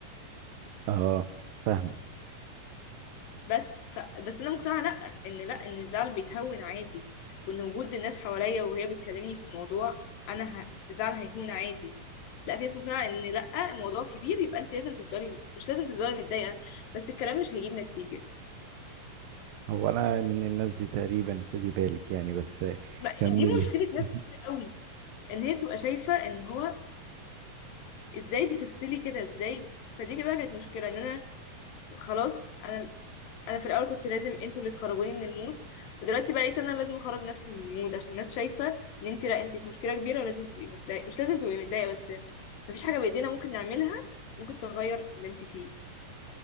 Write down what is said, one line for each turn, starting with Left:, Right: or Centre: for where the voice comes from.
Right: اه فاهم
Left: بس ف... بس انا مقتنعة لا ان لا ان الزعل بيتهون عادي وان وجود الناس حواليا وهي بتكلمني في موضوع انا ه... الزعل هيهون عادي لا في ناس مقتنعة ان لا الموضوع كبير يبقى انت لازم تفضلي مت... مش لازم تفضلي متضايقة بس الكلام مش هيجيب نتيجة
Right: هو انا من الناس دي تقريبا خدي بالك يعني بس
Left: ما...
Right: كملي
Left: دي مشكلة ناس
Right: <laughs>
Left: كتير قوي ان هي بتبقى شايفة ان هو ازاي بتفصلي كده ازاي فدي بقى كانت مشكلة ان انا خلاص انا انا في الاول كنت لازم انتوا اللي تخرجوني من المود فدلوقتي بقيت انا لازم اخرج نفسي من المود عشان الناس شايفه ان انت لا انت في مشكله كبيره ولازم تبقي متضايقه مش لازم تبقي متضايقه بس مفيش حاجه بايدينا ممكن نعملها ممكن تغير اللي انت فيه